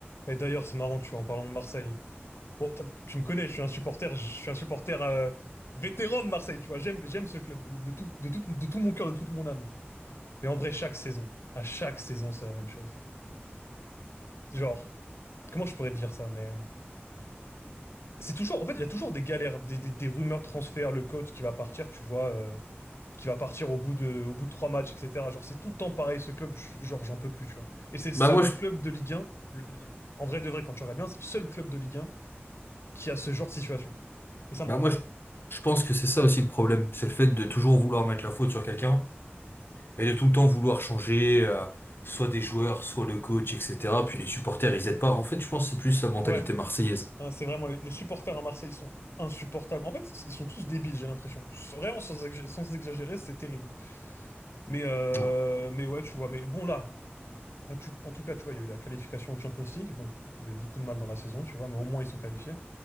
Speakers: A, on the left; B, on the left.
A: Et d'ailleurs, c'est marrant, tu vois, en parlant de Marseille. Bon, t'as- tu me connais, je suis un supporter, je suis un supporter euh, vétéran de Marseille, tu vois. J'aime, j'aime ce club de, de tout, de tout, de tout mon cœur, de toute mon âme. Mais en vrai, chaque saison, à chaque saison, c'est la même chose. Genre, comment je pourrais te dire ça, mais c'est toujours, en fait, il y a toujours des galères, des, des, des rumeurs de transfert, le coach qui va partir, tu vois, euh, qui va partir au bout de, au bout de trois matchs, etc. Genre, c'est tout le temps pareil, ce club, je- genre, j'en peux plus, tu vois. Et c'est le seul
B: Bah moi,
A: club
B: je,
A: de Ligue 1, le- le- en vrai de vrai, quand tu regardes bien, c'est le seul club de Ligue 1 qui a ce genre de situation. Et ça me
B: bah
A: rend
B: moi
A: fou.
B: je, je pense que c'est ça aussi le problème, c'est le fait de toujours vouloir mettre la faute sur quelqu'un et de tout le temps vouloir changer, euh, soit des joueurs, soit le coach, etc. Puis les supporters, ils aident pas. En fait, je pense que c'est plus la mentalité
A: Ouais,
B: marseillaise.
A: hein, c'est vraiment, les, les supporters à Marseille sont insupportables. En fait, c- ils sont tous débiles, j'ai l'impression. Tous- Vraiment, sans, exa- sans exagérer, c'est terrible. Mais, euh,
B: Ouais.
A: mais ouais, tu vois, mais bon, là, en, tu- en tout cas, tu vois, il y a eu la qualification en Champions League. Bon, il y a eu beaucoup de mal dans la saison, tu vois, mais au moins, ils sont qualifiés.